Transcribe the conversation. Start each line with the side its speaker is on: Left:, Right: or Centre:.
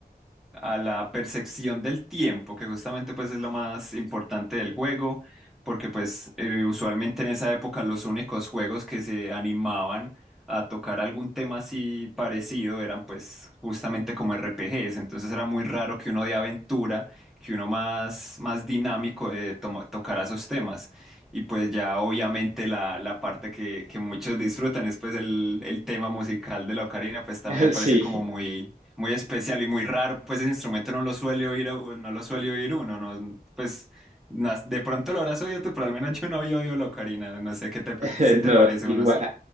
Centre: a la percepción del tiempo, que justamente pues es lo más importante del juego, porque pues eh, usualmente en esa época los únicos juegos que se animaban a tocar algún tema así parecido eran pues justamente como RPGs, entonces era muy raro que uno de aventura, que uno más, más dinámico eh, toma- tocara esos temas. Y pues ya obviamente la, la parte que, que muchos disfrutan es pues el, el tema musical de la ocarina, pues también
Right: <laughs>
Centre: me pareció
Right: sí,
Centre: como muy muy especial y muy raro, pues ese instrumento no lo suele oír, no lo suele oír uno, no, pues nas- de pronto lo habrás oído tú, pero al menos yo no había oído la ocarina, no sé qué te, pa-
Right: <laughs>
Centre: si te
Right: no,
Centre: parece
Right: igual.
Centre: o no